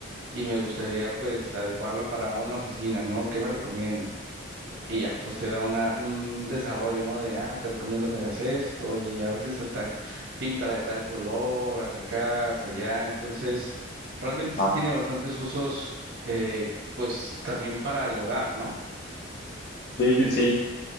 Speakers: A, on the right (about 75°); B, on the left (about 50°).
A: y me gustaría pues adecuarla para una oficina, ¿no? ¿Qué me recomiendas? Y ya, pues te da una, un desarrollo, ¿no? De, ah, te recomiendo que hagas esto, y a veces hasta píntala de tal color, haz acá, haz allá. Entonces, realmente
B: ajá.
A: sí tiene bastantes usos, eh, pues también para el hogar, ¿no?
B: Sí, sí, sí.